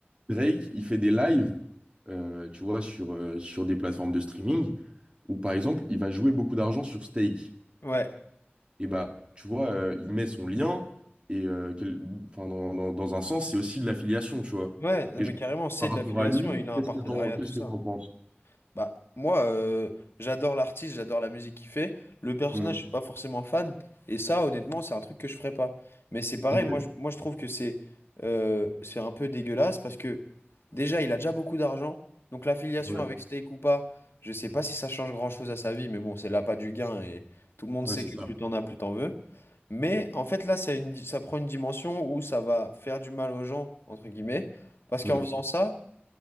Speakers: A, on the right (about 25°); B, on the left (about 80°).
A: Drake, il fait des lives, euh, tu vois, sur, euh, sur des plateformes de streaming où, par exemple, il va jouer beaucoup d'argent sur stake.
B: Ouais.
A: et bah, tu vois, euh, il met son lien, et euh, quel- enfin, dans, dans- dans un sens, c'est aussi de l'affiliation, tu vois.
B: Ouais, non,
A: Et
B: mais
A: je-
B: carrément, c'est
A: par
B: de
A: rapport
B: l'affiliation.
A: à lui,
B: Il a
A: qu'est-ce
B: un partenariat,
A: que t'en, qu'est-ce
B: tout ça.
A: que t'en penses?
B: Bah, moi, euh, j'adore l'artiste, j'adore la musique qu'il fait. Le personnage,
A: Hmm.
B: je suis pas forcément fan. Et ça, honnêtement, c'est un truc que je ferais pas. Mais c'est pareil,
A: Ok,
B: moi, je, moi, je trouve que c'est euh, c'est un peu dégueulasse parce que déjà, il a déjà beaucoup d'argent. Donc l'affiliation
A: ouais,
B: avec Steak ou pas, je sais pas si ça change grand-chose à sa vie, mais bon, c'est l'appât du gain et tout le monde
A: ouais,
B: sait
A: c'est
B: que
A: ça.
B: plus t'en as, plus t'en veux. Mais en fait, là, ça, a une di- ça prend une dimension où ça va faire du mal aux gens, entre guillemets, parce
A: Hmm.
B: qu'en faisant ça,